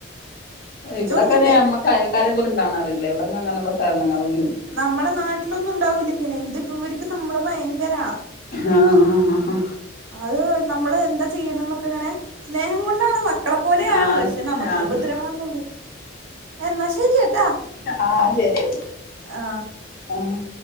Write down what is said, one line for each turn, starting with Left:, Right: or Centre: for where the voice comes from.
Left: ഇവിടൊക്കെ
Right: കൊടുക്കണ്ടേ
Left: നമ്മക്ക് അയൽക്കാരെ പോലും കാണാറില്ല ഇവിടെ അങ്ങനെയുള്ള - കാരണങ്ങലൊന്നും
Right: നമ്മുടെ നാട്ടിലൊന്നും ഉണ്ടാവൂല ഇങ്ങനെ ഇത് ഇവർക്ക് നമ്മള് ഭയങ്കര
Left: ഉം ആഹ്
Right: അത്- നമ്മള് എന്താ ചെയ്യണം എന്നൊക്കെ ഇങ്ങനെ സ്നേഹം കൊണ്ടാണ് വാ മക്കളെപ്പോലെയാണ്
Left: ആഹ്
Right: പക്ഷെ നമുക്ക്
Left: ആഹ്
Right: ഉപദ്രവാന്നള്ളൂ എന്നാ ശരിയട്ടാ
Left: ആഹ് ആഹ് ആഹ് ശരി
Right: ആ
Left: ആഹ്